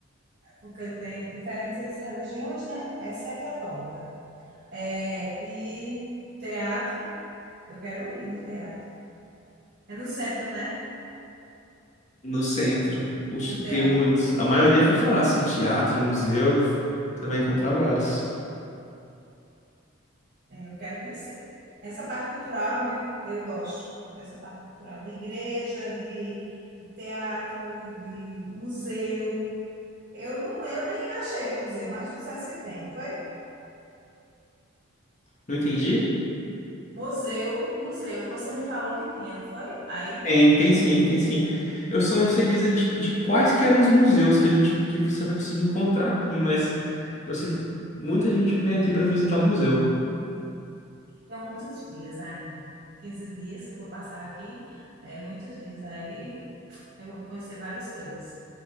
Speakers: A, on the right; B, on the left.
A: porque tem diferentes religiões, né? Essa é católica. É, e teatro, eu quero ir no teatro. É no centro, né?
B: No centro, os-
A: O teatro.
B: tem muitos. A maioria fica lá, assim, teatro, museu. Você vai encontrar vários.
A: É, eu quero conhecer. Essa parte cultural me- eu gosto, dessa parte cultural de igreja, de, de teatro, de museu. Eu não, eu nem achei museu, mas tu disseste que tem, foi?
B: Não entendi?
A: Museu, museu. Você me falou que tinha, não foi? Aí,
B: Tem, tem sim, tem sim. Eu só não sei dizer de, de quais que eram os museus que a gente que você vai conseguir encontrar aqui, mas eu sei que muita gente vem aqui para visitar museu.
A: são muitos dias ainda. quinze dias que eu vou passar aqui, é muitos dias. Aí eu vou conhecer várias coisas.